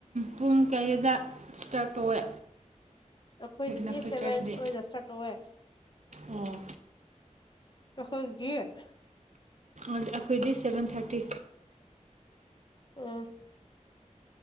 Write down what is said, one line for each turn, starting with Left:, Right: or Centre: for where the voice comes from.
Right: ꯄꯨꯡ ꯀꯌꯥꯗ ꯏꯁꯇꯥꯔꯠ ꯇꯧꯋꯦ
Left: ꯑꯩꯈꯣꯏꯗꯗꯤ
Right: ꯅꯈꯣꯏ
Left: ꯁꯦꯚꯦꯟ
Right: ꯆꯔꯆꯗꯤ
Left: ꯑꯣꯏꯅ ꯁꯠꯣꯛꯑꯦ
Right: ꯑꯣ
Left: ꯈꯣꯏꯒꯠ
Right: ꯑꯩꯈꯣꯏꯗꯤ ꯁꯚꯦꯟ ꯊꯥꯔꯇꯤ
Left: ꯎꯝ